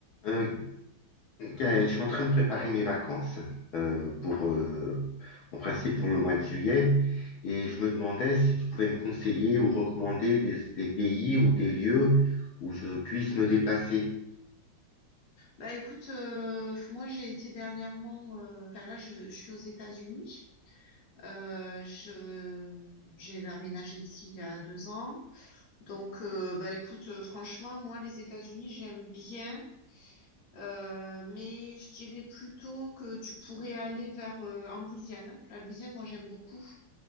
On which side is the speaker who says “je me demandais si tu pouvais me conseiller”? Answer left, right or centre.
Left